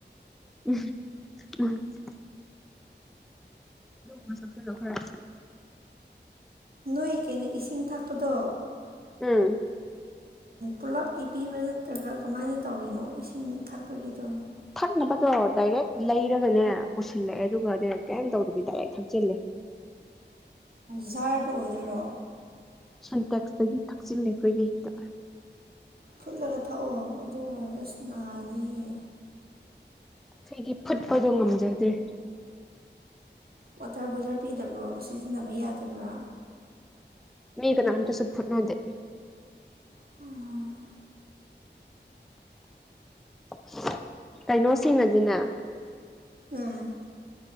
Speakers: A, in the centre; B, on the right (about 55°).
A: <unintelligible> ꯑꯗꯨ ꯒꯨꯝꯕ ꯁꯛꯆꯤꯟꯂꯣ ꯈꯔ
B: ꯅꯣꯏ ꯀꯩꯅꯣ ꯏꯁꯤꯡ ꯊꯛꯄꯗꯣ
A: ꯎꯝ
B: ꯄꯨꯂꯞꯀꯤ ꯄꯤꯕ꯭ꯔꯥ ꯅꯠꯇ꯭ꯔꯒ ꯀꯃꯥꯏꯅ ꯇꯧꯔꯤꯅꯣ ꯏꯁꯤꯡ ꯊꯛꯄꯒꯤꯗꯣ
A: ꯊꯛꯅꯕꯗꯣ ꯗꯥꯏꯔꯦꯛ ꯂꯩꯔꯒꯅꯦ ꯄꯨꯁꯤꯜꯂꯛꯑꯦ ꯑꯗꯨꯒꯅꯦ ꯀꯩꯝ ꯇꯧꯗꯕꯤ ꯗꯥꯏꯔꯦꯛ ꯊꯛꯆꯤꯜꯂꯦ
B: ꯖꯥꯔꯗꯣ ꯑꯣꯏꯗꯣꯏꯔꯣ
A: ꯁꯟꯇꯦꯛꯁꯇꯒꯤ ꯊꯛꯆꯤꯂꯦ ꯑꯩꯈꯣꯏꯗꯤ ꯍꯦꯛꯇ
B: ꯐꯨꯠꯂꯒ ꯊꯛꯑꯣ ꯑꯗꯨ ꯑꯣꯏꯔꯒ ꯑꯁ ꯅꯥꯅꯤꯌꯦ
A: ꯑꯩꯈꯣꯏꯗꯤ ꯐꯨꯠꯄꯗꯣ ꯉꯝꯖꯗ꯭ꯔꯦ
B: ꯋꯥꯇꯔ ꯕꯣꯏꯂꯔ ꯄꯤꯗꯕ꯭ꯔꯣ ꯁꯤꯖꯤꯟꯅꯕ ꯌꯥꯗꯕ꯭ꯔꯥ
A: ꯃꯤ ꯀꯅꯥꯝꯇꯁꯨ ꯐꯨꯠꯅꯗꯦ
B: <unintelligible>
A: <unintelligible> ꯀꯩꯅꯣꯁꯤꯡꯅꯗꯤꯅ
B: ꯎꯝ